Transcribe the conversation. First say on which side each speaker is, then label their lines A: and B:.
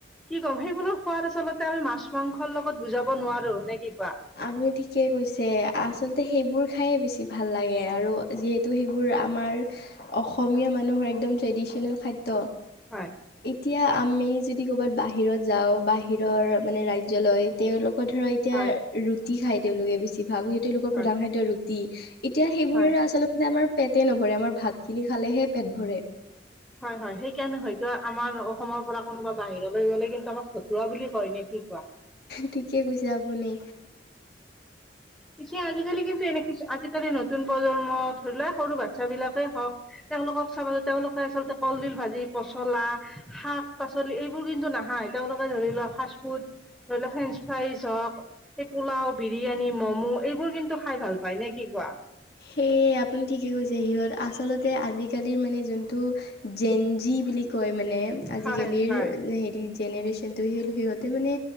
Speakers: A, in the centre; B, on the left.
A: কি ক'ম সেইবোৰৰ সোৱাদ আচলতে আমি মাছ মাংসৰ লগত বুজাব নোৱাৰো নে কি কোৱা
B: আপুনি ঠিকে কৈছে। আচলতে সেইবোৰ খাইয়ে বেছি ভাল লাগে আৰু যিহেতু সেইবোৰ আমাৰ অসমীয়া মানুহৰ একদম ট্ৰেদিচিনেল খাদ্য,
A: হয়
B: এতিয়া আ আমি যদি ক'ৰবাত বাহিৰত যাওঁ বাহিৰৰ মানে ৰাজ্যলৈ তেওঁলোকৰ ধৰা এতিয়া
A: হয়
B: ৰুটি খাই তেওঁলোকে বেছি ভাগ সি তেওঁলোকৰ প্ৰধান
A: হয়
B: খাদ্য ৰুটি এতিয়া সেইবোৰে
A: হয়
B: আচলতে আমাৰ পেট নভৰে আমাৰ ভাত খিনি খালেহে পেট ভৰে।
A: হয় হয় সেই কাৰণে হয়তো আমাৰ অসমৰ পৰা কোনোবা বাহিৰলৈ গ'লে কিন্তু আমাক ভটুৱা বুলি কয় নে কি কোৱা।
B: ঠিকে কৈছে আপুনি।
A: পিছে আজিকালি কিন্তু এনে আজিকালি নতুন প্ৰজন্মত ধৰি লোৱা সৰু বাচ্ছাবিলাক <unintelligible> হওঁক তেওঁলোকক চাবাচো তেওঁলোকে আচলতে কলডিল ভাজি, পচলা, শাক পাচলি এইবোৰ কিন্তু নাখায় তেওঁলোকে ধৰি লোৱা ফ্ৰাটফুড ধৰিলক ফ্ৰেঞ্চফাই হক এই পোলাও বিৰিয়ানী, ম'মো এইবোৰ কিন্তু খাই ভাল পায় নে কি কোৱা
B: সেয়ে আপুনি ঠিকে কৈছে সিহঁত আচলত <unintelligible> আজিকালিৰ মানে যোনটো জেন জি বুলি কয় মানে আজিকালিৰ
A: হয় হয়
B: হেৰি জেনেৰেশচনটো সি সিহঁতে মানে